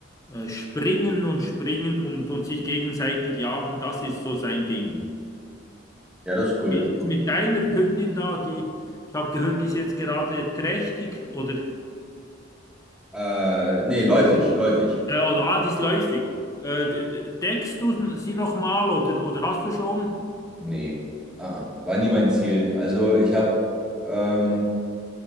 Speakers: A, on the left; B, in the centre.
A: äh, springen und springen und, und sich gegenseitig jagen. Das ist so sein Ding.
B: Ja, das ist cool.
A: Wie ist es mit deiner Hündin da? Die, ich habe gehört, die ist jetzt gerade trächtig oder, äh,
B: Äh, nee, läufig, läufig.
A: oder ah, die ist läufig. Äh, de- de- deckst du sie nochmal oder, oder hast du schon?
B: Nee. Ah, war nie mein Ziel. Also ich habe, ähm,